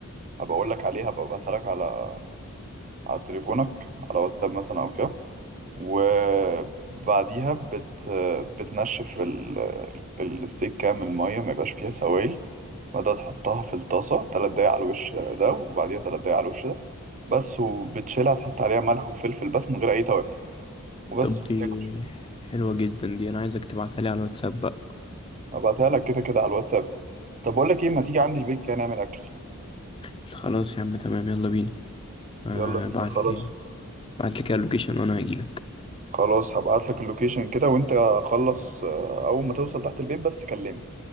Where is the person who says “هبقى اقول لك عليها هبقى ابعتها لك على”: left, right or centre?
Right